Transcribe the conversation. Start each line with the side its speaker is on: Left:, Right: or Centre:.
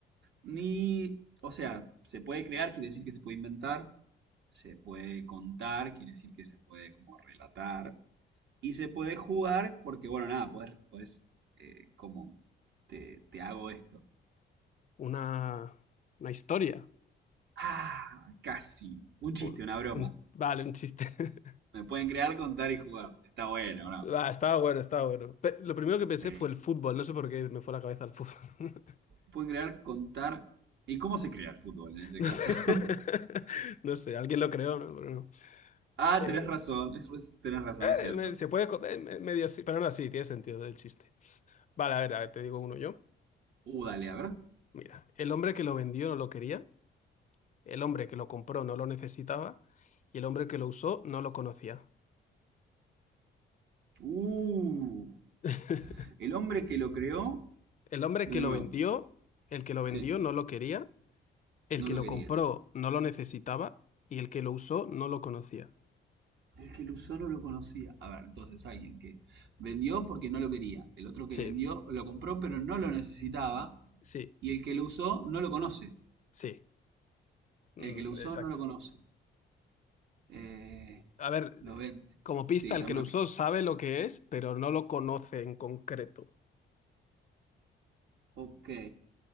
Right: Ni, o sea, se puede crear, quiere decir que se puede inventar. Se puede contar, quiere decir que se puede como relatar. Y se puede jugar porque, bueno, nada, puedes, puedes eh, como, te, te hago esto.
Left: Una, una historia.
Right: Ah, casi. Un chiste,
Left: Un-
Right: una broma.
Left: un- Vale, un chiste. <laughs>
Right: Me pueden crear, contar y jugar. Está bueno, ¿no?
Left: Va, estaba bueno, estaba bueno. Pe- lo primero que pensé
Right: Sí.
Left: fue el fútbol, no sé por qué me fue la cabeza al fútbol. <laughs>
Right: Pueden crear, contar. ¿Y cómo se crea el fútbol en ese
Left: No
Right: caso?
Left: sé, <laughs>
Right: <laughs>
Left: no sé, alguien lo creó, ¿no? Pero no.
Right: Ah,
Left: Eh,
Right: tenés razón, es- tenés razón,
Left: Eh,
Right: es cierto.
Left: me- Se puede, co- eh, me- medio sí, pero no, sí, tiene sentido el chiste. Vale, a ver, a ver, te digo uno yo.
Right: Uh, dale, a ver.
Left: Mira, el hombre que lo vendió no lo quería, el hombre que lo compró no lo necesitaba y el hombre que lo usó no lo conocía.
Right: Uh,
Left: <laughs>
Right: el hombre que lo creó,
Left: El hombre
Right: de
Left: que lo
Right: nuevo,
Left: vendió, el que lo vendió
Right: sí,
Left: no lo quería, el
Right: no
Left: que
Right: lo
Left: lo
Right: quería.
Left: compró no lo necesitaba y el que lo usó no lo conocía.
Right: El que lo usó no lo conocía. A ver, entonces alguien que vendió porque no lo quería. El otro que
Left: Sí,
Right: vendió lo compró pero no lo necesitaba.
Left: sí,
Right: Y el que lo usó no lo conoce.
Left: sí, Mm,
Right: El que lo usó
Left: exacto.
Right: no lo conoce. Eh,
Left: A ver,
Right: lo vende.
Left: como pista,
Right: Sí,
Left: el
Right: dame
Left: que
Right: una
Left: lo usó
Right: pista.
Left: sabe lo que es, pero no lo conoce en concreto.
Right: Ok.